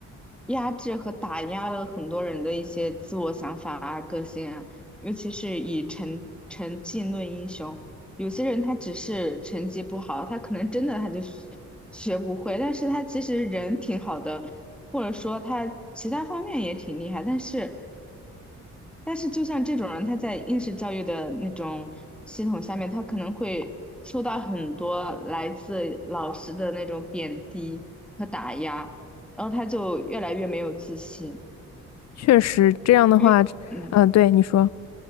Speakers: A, in the centre; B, on the left.
A: 压制和打压了很多人的一些自我想法啊、个性啊，尤其是以成成绩论英雄。有些人他只是成绩不好，他可能真的他就学学不会，但是他其实人挺好的，或者说他其他方面也挺厉害，但是但是就像这种人，他在应试教育的那种系统下面，他可能会受到很多来自老师的那种贬低和打压，然后他就越来越没有自信，
B: 确实这样的话，
A: 因为嗯，
B: 嗯，对你说，